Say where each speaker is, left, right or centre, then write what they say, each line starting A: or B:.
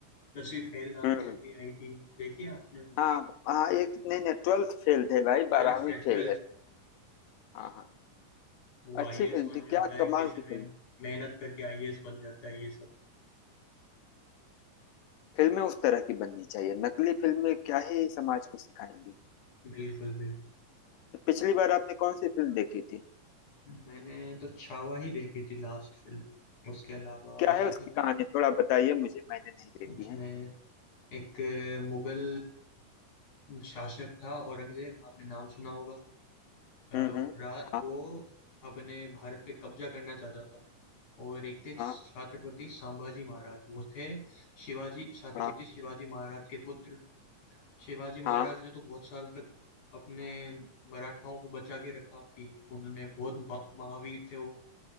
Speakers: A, on the left; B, on the left.
A: दसवीं फेल नाम
B: हम्म
A: की
B: हम्म।
A: मूवी आई थी देखिए आपने वो
B: हाँ हाँ एक नहीं नहीं ट्वेल्थ फेल थे भाई बारहवीं
A: ट्वेल्थ फेल
B: फेल है हाँ हाँ
A: तो वो आईएएस
B: अच्छी फिल्म
A: बन
B: थी
A: जाता
B: क्या
A: है
B: कमाल
A: कैसे
B: की
A: मेहनत
B: फिल्म
A: मेहनत करके आईएएस बन जाता है ये सब
B: फिल्में उस तरह की बननी चाहिए नकली फिल्में क्या ही समाज को सिखाएंगी
A: बिल्कुल बिल्कुल
B: पिछली बार आपने कौन सी फिल्म देखी थी
A: मैंने तो छावा ही देखी थी लास्ट फिल्म उसके अलावा
B: क्या
A: तो
B: है उसकी
A: कुछ
B: कहानी थोड़ा बताइए मुझे मैंने नहीं देखी
A: उसमें
B: है
A: एक अ, मुगल शासक था औरंगजेब आपने नाम सुना होगा अ,
B: हम्म
A: वो
B: हम्म
A: रा, वो
B: हाँ
A: अपने भारत पे कब्जा करना चाहता था और एक थे छत्रपति
B: हाँ
A: संभाजी महाराज वो थे शिवाजी छत्रपति
B: हाँ
A: शिवाजी महाराज के पुत्र शिवाजी महाराज
B: हाँ
A: ने तो बहुत साल तक अपने मराठाओं को बचा के रखा कि उन्होंने बहुत बा- महावीर थे वो